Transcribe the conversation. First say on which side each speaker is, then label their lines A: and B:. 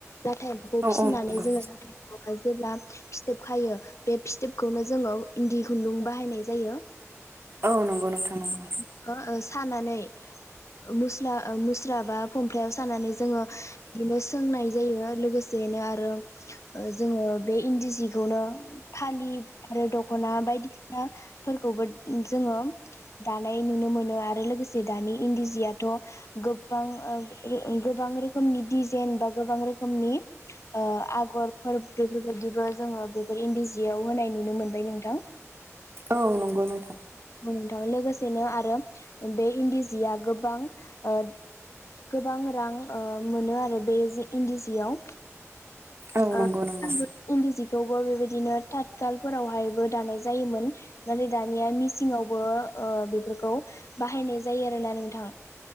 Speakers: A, on the left; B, on the right.
A: लाथा एम्फौ खौ
B: औ
A: फिसिनानै
B: औ नंगौ
A: जोङो <unintelligible> जेब्ला फिस फिथोब खायो बे फिथोबखौनो जोङो इन्दि खुन्दुं बाहायनाय जायो।
B: औ नंगौ नोंथां नंगौ।
A: ओ ओ सानानै मुस्ला ओ मुस्रा बा फमफ्लायाव सानानै जोङो बिदिनो सोंनाय जायो लोगोसेनो आरो ओ जोङो बे इन्दि जि खौनो फालि आरो दख'ना बायदिसिनाफोरखौबो जोङो दानाय नुनो मोनो आरो लोगोसे दानि इन्दि जियाथ' गोबां ओ ओ गोबां रोखोमनि दिजेन बा गोबां रोखोमनि ओ आगरफोर बेफोरबायदिबो जोङो बेफोर इन्दि जियाव होनाय नुनो मोनबाय नोंथां।
B: औ नंगौ नोंथां।
A: बुं नोंथां लोगोसेनो आरो बे इन्दि सिया गोबां ओ गोबां रां ओ मोनो आरो बे जि इन्दि जियाव।
B: औ
A: ओ <unintelligible>
B: नंगौ नंगौ
A: इन्दि जि। खौबो बेबायदिनो थातखालफोरावहायबो दानाय जायोमोन। नानै दानिया मिसिंआवबो ओ बेफोरखौ बाहायनाय जायो आरोना नोंथां।